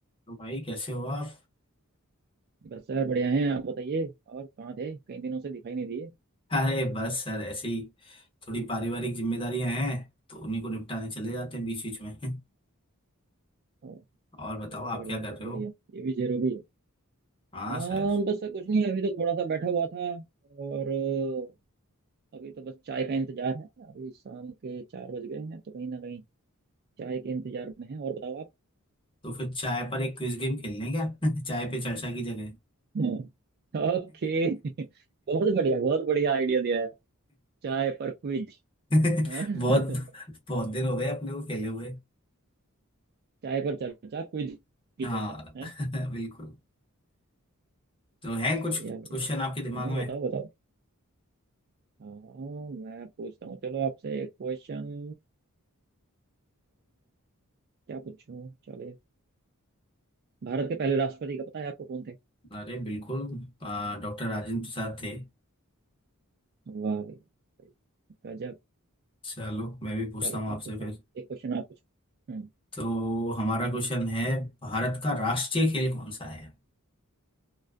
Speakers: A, on the left; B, on the right.
A: तो भाई कैसे हो आप
B: बस सर बढ़िया हैं आप बताइए और कहाँ थे कई दिनों से दिखाई नहीं दिए
A: अरे बस सर ऐसे ही थोड़ी पारिवारिक जिम्मेदारियां हैं तो उन्हीं को निपटाने चले जाते हैं बीच बीच में <laughs>
B: और
A: और बताओ
B: बहुत
A: आप
B: बढ़िया
A: क्या
B: बहुत
A: कर रहे
B: बढ़िया
A: हो
B: ये भी जरूरी है
A: हाँ
B: आ,
A: सर
B: बस सर कुछ नहीं अभी तो थोड़ा सा बैठा हुआ था और अ, अभी तो बस चाय का इंतजार है अभी शाम के चार बज गए हैं तो कहीं ना कहीं चाय के इंतजार में है और बताओ आप
A: तो फिर चाय पर एक क्विज गेम खेल लें क्या <laughs> चाय पे चर्चा की जगह
B: हाँ। ओके <laughs> बहुत बढ़िया बहुत बढ़िया आइडिया दिया है चाय पर क्विज
A: <laughs>
B: <laughs>
A: बहुत बहुत दिन हो गए अपने को खेले हुए
B: चाय पर चर्चा क्विज की
A: हाँ
B: चर्चा है
A: <laughs> बिल्कुल तो हैं कुछ
B: बढ़िया बढ़िया
A: क्वेश्चन आपके दिमाग
B: हाँ
A: में
B: बताओ बताओ हाँ मैं पूछता हूँ चलो आपसे एक क्वेश्चन क्या पूछूं चले भारत के पहले राष्ट्रपति का पता है आपको कौन थे
A: अरे बिल्कुल डॉक्टर राजेंद्र प्रसाद थे
B: वाह भाई भाई, गजब
A: चलो मैं भी पूछता
B: चलो
A: हूँ
B: आप
A: आपसे
B: पूछो
A: फिर।
B: एक क्वेश्चन आप पूछो हम्म
A: तो हमारा क्वेश्चन है भारत का राष्ट्रीय खेल कौन सा है